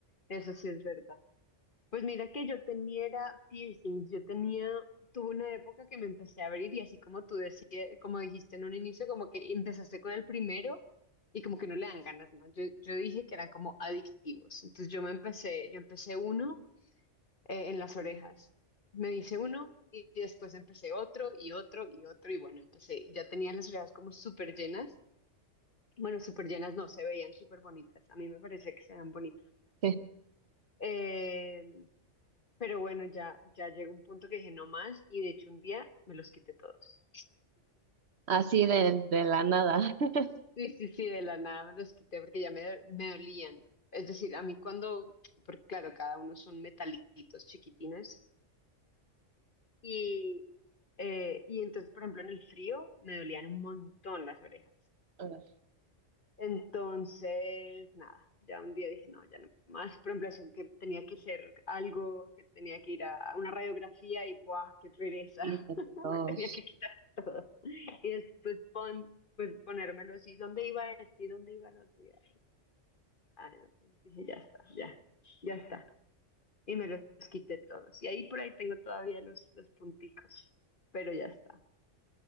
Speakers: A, on the left; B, on the right.
A: Eso sí es verdad. Pues mira que yo tenía era piercings, yo tenía, tuve una época que me empecé a abrir y así como tú decías, como dijiste en un inicio, como que empezaste con el primero y como que no le dan ganas más. Yo, yo dije que eran como adictivos, entonces yo me empecé, yo empecé uno eh, en las orejas, me hice uno y después empecé otro y otro y otro y bueno, empecé, ya tenía las orejas como súper llenas, bueno, súper llenas no, se veían súper bonitas, a mí me parecía que se veían bonitas.
B: <laughs>
A: Em, pero bueno, ya, ya llegó un punto que dije no más y de hecho un día me los quité todos.
B: Así de, de la nada. <laughs>
A: Sí, sí, sí, de la nada me los quité porque ya me, me dolían. Es decir, a mí cuando, porque claro, cada uno son metalitos chiquitines y, eh, y entonces, por ejemplo, en el frío me dolían un montón las orejas.
B: Órale,
A: Entonces, nada, ya un día dije, no, ya no más. Por ejemplo, eso que tenía que hacer algo, que tenía que ir a a una radiografía y, ¡buah, qué pereza!
B: y
A: <laughs>
B: todos.
A: Me tenía que quitar todo. Y después pon, pues ponérmelo así, ¿dónde iba este y dónde iba el otro? Y, ay, ah, no, pues, dije, ya está, ya, ya está. Y me los quité todos. Y ahí por ahí tengo todavía los, los punticos, pero ya está.